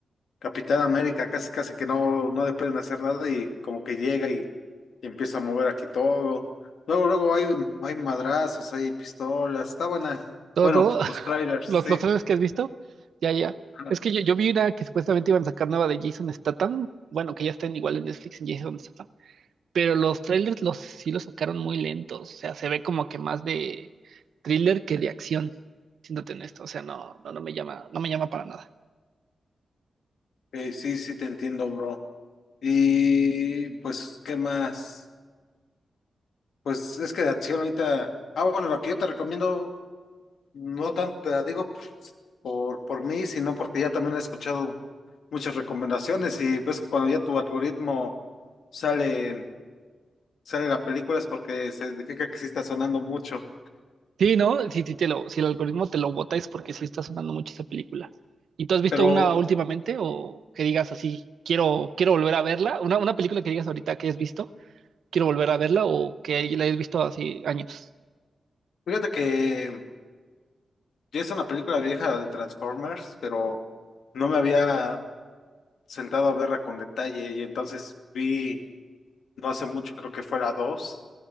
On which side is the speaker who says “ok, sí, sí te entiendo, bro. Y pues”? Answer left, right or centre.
Left